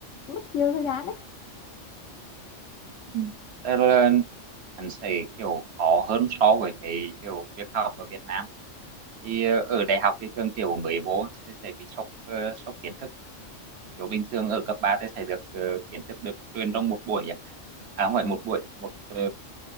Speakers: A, on the left; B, on the right.
A: mất nhiều thời gian
B: Ừ. tức là hắn sẽ kiểu khó hơn so với cái kiểu việc học ở Việt Nam thì ờ, ở đại học thì thường kiểu mới vô sẽ, sẽ bị sốc ờ, sốc kiến thức kiểu bình thường ở cấp 3 thì sẽ được ờ, kiến thức được truyền trong một buổi chẳng hạn à không phải một buổi một ờ,